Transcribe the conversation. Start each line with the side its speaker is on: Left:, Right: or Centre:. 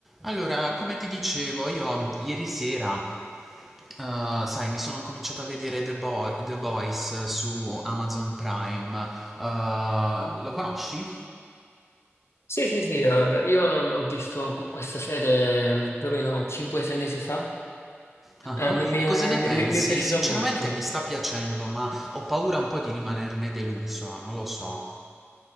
Centre: Allora, come ti dicevo, io ieri sera, eh, sai, mi sono cominciato a vedere The Boy- The Boys su Amazon Prime. Eh, lo conosci?
Left: Sì, sì, sì, eh, io l- ho visto cu- questa serie mm, più o meno 5-6 mesi fa,
Centre: Ah,
Left: Eh, m- mi
Centre: E
Left: è,
Centre: cosa ne
Left: mi-
Centre: pensi?
Left: mi- mi è piaciuta
Centre: Sinceramente
Left: molto.
Centre: mi sta piacendo, ma ho paura un po' di rimanerne deluso, non lo so.